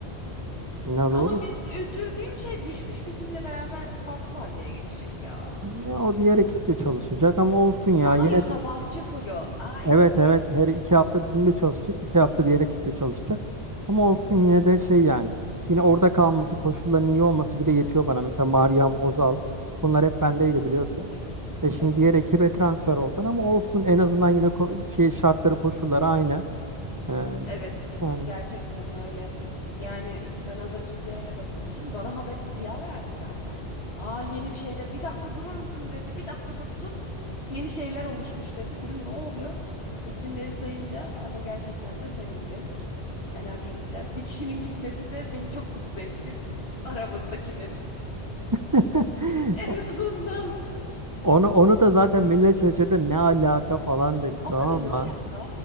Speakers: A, on the right (about 20°); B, on the left (about 70°).
A: Ne
B: Ama
A: doğru.
B: biz üzüldüğüm şey Büşbüş bizimle beraber farklı vardiyaya geçecek ya.
A: Ya o diğer ekip de çalışacak ama olsun ya
B: Ama
A: yine
B: yo sabahçı
A: de
B: fulu. Aa iki
A: evet
B: hafta
A: evet
B: geleceğiz
A: her iki
B: ki.
A: hafta bizimle çalışacak iki hafta diğer ekiple çalışacak ama olsun yine de şey yani yine orada kalması koşulların iyi olması bile yetiyor bana mesela Meryem Ozal bunlar hep bendeydi biliyorsun.
B: Oo evet.
A: E şimdi
B: Evet.
A: diğer ekibe transfer oldular ama olsun en azından yine ko- şey şartları koşulları aynı. Ee,
B: Evet,
A: yani
B: gerçekten öyle. Yani ben az önce Ziya'yla da konuştum. Bana haberi Ziya verdi zaten. Aa yeni bir şeyler. Bir dakika durur musun dedi. Bir dakika dur sus. Yeni şeyler oluşmuş dedi. Dedim ne oluyor? İsimleri sayınca ama gerçekten de sevindim. Yani hak ettiler. Bir kişinin gitmesi de beni çok mutlu etti. Aramızdakinin.
A: <laughs>
B: <laughs> En azından.
A: onu onu da zaten millet şaşırdı ne alaka falan dedi
B: Hakikaten
A: tamam
B: ne
A: mı?
B: alaka?